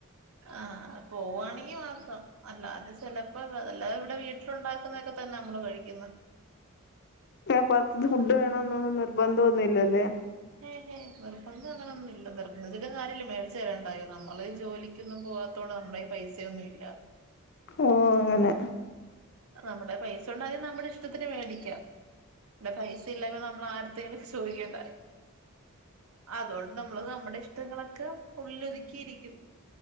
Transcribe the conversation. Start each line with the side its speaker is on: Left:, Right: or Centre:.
Right: ആഹ് പോവാണെങ്കി മാത്രം അല്ലാതെ ചെലപ്പോ അല്ലാതെ ഇവിടെ വീട്ടിലുണ്ടാക്കുന്നതൊക്കെ തന്നെ നമ്മള് കഴിക്കുന്ന
Left: പുറത്ത്ന്ന് ഫുഡ് വേണന്നൊന്നും നിർബന്ധം ഒന്നും ഇല്ലല്ലേ
Right: ഏഹെ നിർബന്ധം അങ്ങനൊന്നുല്ല നിർബന്ധിച്ചിട്ടും കാര്യല്ല മേടിച്ച് തരണ്ടായോ നമ്മള് ജോലി ക്കൊന്നും പോവാത്തോണ്ട് നമ്മുടെ കയ്യിൽ പൈസയൊന്നും ഇല്ല
Left: ഓ അങ്ങനെ
Right: നമ്മുടെ പൈസ ഒണ്ടാരുന്നേ നമ്മുടെ ഇഷ്ടത്തിന് മേടിക്കാം ടെ പൈസ ഇല്ലായ്മ നമ്മളാ ത്തെലൊക്കെ ചോദിക്കണ്ടായൊ അതുകൊണ്ട് നമ്മള് നമ്മുടെ ഇഷ്ടങ്ങളൊക്കെ ഉള്ളിലൊതുക്കിയിരിക്കും